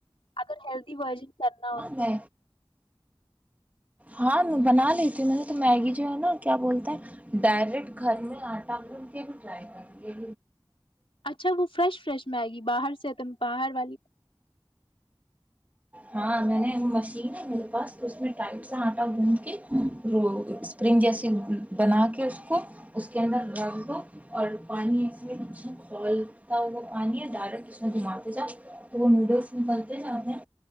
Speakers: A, on the left; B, on the right.
A: اگر ہیلدی ورژن کرنا ہو
B: اے ہاں میں بنا لی ت ہوں میں نے تو میگی جو ہے نا کیا بولتا ہے ڈائریکٹ گھر میں آٹا بھون کے بھی ٹرائی کر کے
A: اچھا وہ فریش فریش میگی باہر سے تم باہر والی
B: ہاں میں نے مشین ہے میرے پاس اس ٹائٹ سا آٹا گھند کے اسپرنگ جیسے بنا کے اس کو اس کے اندر رکھ دو اور پانی اچا کھولتا ہو پانی ہے ڈرٹ اس گھماتے جاؤ وہ نوڈل نکلتے جاتے ہیں